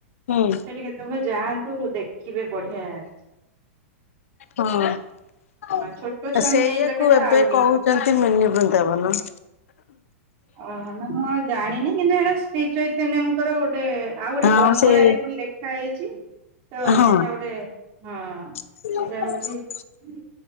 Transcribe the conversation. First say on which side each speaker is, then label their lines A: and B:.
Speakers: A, on the left (about 75°); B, on the right (about 35°).
A: ହୁଁ।
B: ସେଠି କେତେବେଳେ ଯାଆନ୍ତୁ ଦେଖିବେ ବଢିଆଛି।
A: ହଁ
B: ଛୋଟ ଛୁଆଙ୍କୁ
A: ସେଇଆକୁ
B: ନେଇଗଲେ ତ
A: ଏବେ
B: ଆହୁରି
A: କହୁ ଯାଆନ୍ତି ମିନି ବୃନ୍ଦାବନ।
B: ଓହ ନା ମୁଁ ଆଉ ଜାଣିନି କିନ୍ତୁ ଏଇଟା ଶ୍ରୀ ଚୈତନ୍ୟଙ୍କର ଗୋଟେ ଆଉ ଗୋଟେ
A: ହଁ
B: ବଙ୍ଗଳାରେ
A: ସେଇ
B: କଣ ଲେଖ ଖ ହେଇଛି ତ
A: ହଁ।
B: ସେଇଟା ଗୋଟେ ହଁ।
A: <unintelligible>
B: ସେଇଟା ହଉଛି